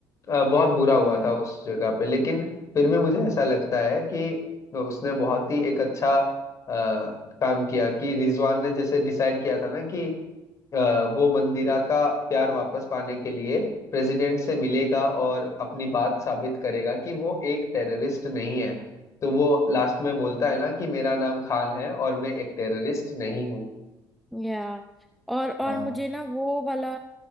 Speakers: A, on the left; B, in the centre.
A: अ, बहुत बुरा हुआ
B: हाँ
A: था उस जगह पे लेकिन फिर भी मुझे ऐसा लगता है कि उसने बहुत ही एक अच्छा अ, काम किया कि रिजवान ने जैसे डिसाइड किया था ना कि अ, वो मंदिरा का प्यार वापस पाने के लिए प्रेसिडेंट से मिलेगा और अपनी बात साबित करेगा कि वो एक टेररिस्ट नहीं है तो वो लास्ट में बोलता है ना कि मेरा नाम खान है और मैं एक टेररिस्ट नहीं हूँ
B: या और और
A: हाँ
B: मुझे ना वो वाला